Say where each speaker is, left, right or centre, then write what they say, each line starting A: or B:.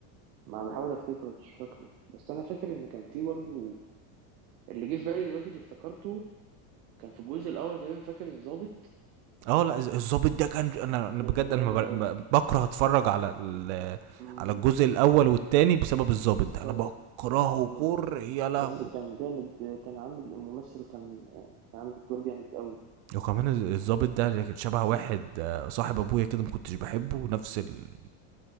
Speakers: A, on the right (about 85°); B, on the right (about 55°).
A: ما بحاول افتكره مش فاكره بس انا فاكر ان كان في برضه اللي جه في بالي دلوقتي اللي افتكرته كان في الجزء الاول تقريبا فاكر الضابط
B: اه لا الز- الظابط ده كان انا انا
A: ده
B: بجد
A: كان
B: انا
A: جامد
B: ما بر-
A: قوي
B: ب- بكره اتفرج على ال-
A: مم.
B: على الجزء الاول والتاني بسبب الظابط
A: بسبب
B: ده انا بكرهه
A: مم.
B: كره يا لهوي
A: بس كان جامد كان عامل الممثل كان يعني كان عامل الدور جامد قوي
B: وكمان الز- الظابط ده شبه واحد آه، صاحب ابويا كده ما كنتش بحبه نفس ال-